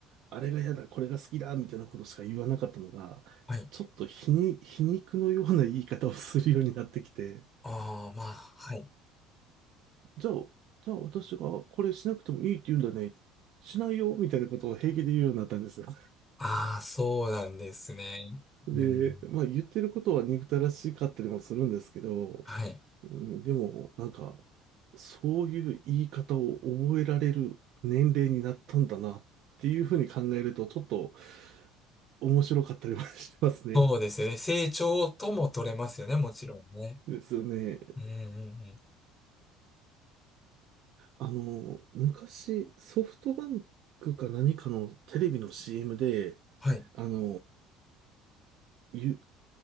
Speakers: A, on the right; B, on the left.
A: あれが嫌だ、これが好きだ、みたいなことしか言わなかったのが、
B: はい。
A: ちょっと皮に、皮肉のような言い方をするようになってきて、
B: ああ、まあ、はい。
A: じゃあ、じゃあ私がこれしなくてもいいって言うんだね。しないよ、みたいなことを平気で言うようになったんですよ。
B: ああ、そうなんですね。
A: で、
B: うん。
A: まあ言ってることは憎たらしかったりもするんですけど、
B: はい。
A: うん、でもなんか、そういう言い方を覚えられる年齢になったんだなっていうふうに考えると、ちょっと面白かったりもしますね。
B: そうですよね。成長とも取れますよね、もちろんね。
A: ですよね。
B: うんうんうん。
A: あの、昔、ソフトバンクか何かのテレビの CM で、
B: はい。
A: あの、ゆ、